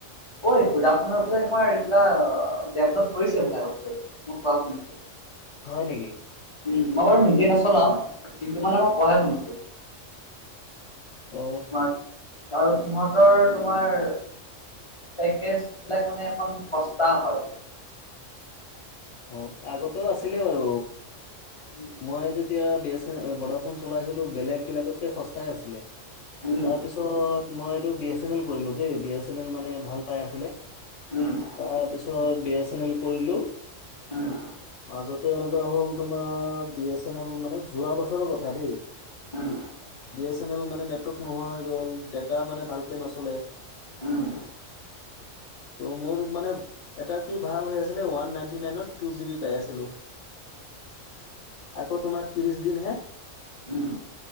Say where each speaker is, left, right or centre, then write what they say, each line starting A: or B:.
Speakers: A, on the left; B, on the left.
A: অই ভোডাফোনৰ বোলে তোমাৰ অ', ডেভলপ কৰিছে বোলে আগতকৈ মই কোৱা শুনিছো।
B: হয় নেকি।
A: উম মই বাৰু নিজে নচলাও কিন্তু মানে মই কুৱাহে শুনাইো।
B: অ
A: তোমাৰ আৰু সিহঁতৰ তোমাৰ পেকেজ বিলাক মানে অকণ খৰচটা হয়।
B: অ', আগতেও আছিলে বাৰু,
A: উম,
B: মই যেতিয়া বি ভোডাফোন চলাইছিলোঁ বেলেগ বিলাগতকৈ খৰচাই আছিলে
A: উম,
B: তাৰপিছত মই এইটো বি এছ এন এল কৰিলো দে বি এছ এন এল মানে ভাল পাই আছিলে।
A: উম,
B: তাৰ পিছত বি এছ এন এল কৰিলো।
A: উম।
B: মাজতে এনেকুৱা হ'ল তোমাৰ বি এছ এন এল মানে যোৱা বছৰৰ কথা দেই।
A: উম,
B: বি এছ এন এল মানে নেটৱৰ্ক নোহোৱা হৈ গ'ল ড এটা মানে ভালকে নচলে
A: উম,
B: ত মোৰ মানে এটা কি ভাল হৈ আছিলে ওৱান নাইণ্টি নাইনত টু জি বি পাই আছিলোঁ আকৌ তোমাৰ ত্ৰিশ দিন হে
A: উম।